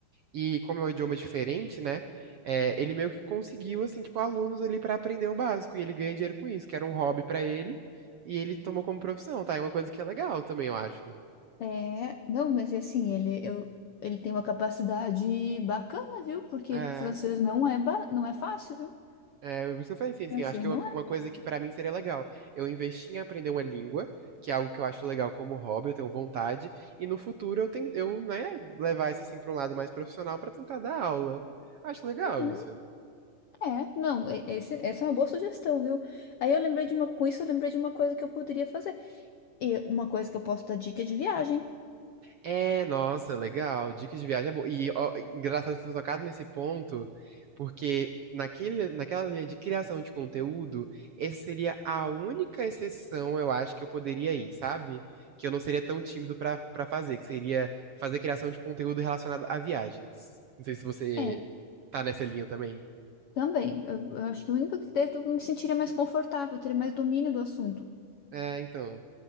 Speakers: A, on the right; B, on the left.
A: e como é um idioma diferente, né? é, ele meio que conseguiu assim, tipo, alunos ali pra aprender o básico, e ele ganha dinheiro com isso, que era um hobby pra ele, e ele tomou como profissão, tá? É uma coisa que é legal também, eu acho.
B: É, não, mas e assim, ele, eu, ele tem uma capacidade bacana, viu? Porque
A: É.
B: francês não é, ba- não é fácil, viu?
A: É, por isso que eu falei, assim
B: Francês
A: sim. Acho que
B: não
A: uma
B: é.
A: uma coisa que pra mim seria legal. Eu investir em aprender uma língua, que é algo que eu acho legal como hobby, eu tenho vontade, e no futuro eu tenho, eu, né, levar isso assim pra um lado mais profissional pra tentar dar aula. Acho legal
B: Uhum,
A: isso.
B: é, não, e- esse- essa é uma boa sugestão, viu? Aí eu lembrei de uma, com isso eu lembrei de uma coisa que eu poderia fazer. E uma coisa que eu posso dar dica é de viagem.
A: É, nossa, legal. Dicas de viagem é boa. E ó, engraçado você ter tocado nesse ponto, porque naquele, naquela linha de criação de conteúdo, essa seria a única exceção, eu acho, que eu poderia ir, sabe? Que eu não seria tão tímido pra para fazer, que seria fazer criação de conteúdo relacionado a viagens. Não sei se você
B: É,
A: tá nessa linha também.
B: também. Eu, eu acho que o único que daí eu me sentiria mais confortável, eu teria mais domínio do assunto.
A: É, então.